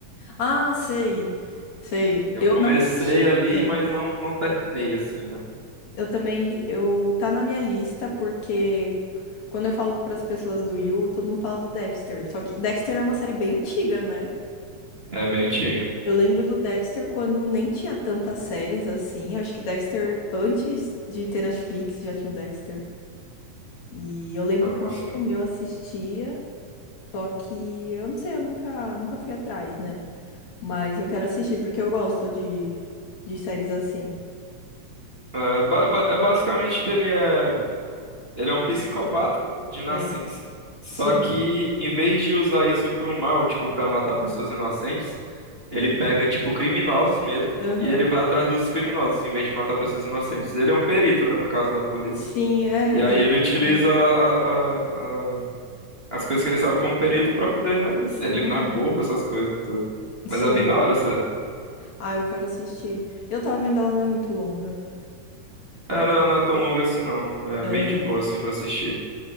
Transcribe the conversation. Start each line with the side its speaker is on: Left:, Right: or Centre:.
Left: Ah, sei. Sei.
Right: Eu
Left: Eu
Right: comecei
Left: não assisti
Right: ali,
Left: também.
Right: mas não, não terminei assim, né?
Left: Eu também. Eu tá na minha lista porque quando eu falo pras pessoas do You, todo mundo fala do Dexter. Só que Dexter é uma série bem antiga, né?
Right: É bem antiga.
Left: Eu lembro do Dexter quando nem tinha tantas séries assim. Eu acho que Dexter, antes de ter Netflix, já tinha o Dexter. E eu lembro
Right: Ah,
Left: que um amigo
Right: sim.
Left: meu assistia, só que eu não sei, eu nunca, nunca fui atrás, né? Mas eu quero assistir porque eu gosto de, de séries assim.
Right: É, ba- ba- é basicamente que ele é, ele é um psicopata de nascença.
Left: É.
Right: Só
Left: Sim.
Right: que em vez de usar isso pro mal, tipo, pra matar pessoas inocentes, ele pega, tipo, criminosos mesmo.
Left: Aham.
Right: E ele vai atrás dos criminosos, em vez de matar pessoas inocentes. Ele é um perito, né, no caso da polícia.
Left: Sim, é.
Right: E
Left: ele-
Right: aí ele utiliza
Left: Ah, né?
Right: a- a- a- as coisas que ele sabe como perito pra poder, né, <laughs>
Left: Uhum.
Right: eliminar corpo, essas coisas e tudo. Mas
Left: Sim.
Right: é bem da hora, sério.
Left: Ah, eu quero assistir. Eu tava vendo ela não é muito longa, porque.
Right: É, não, é, não é tão longo assim, não. É
Left: É.
Right: bem de boa, assim, pra assistir.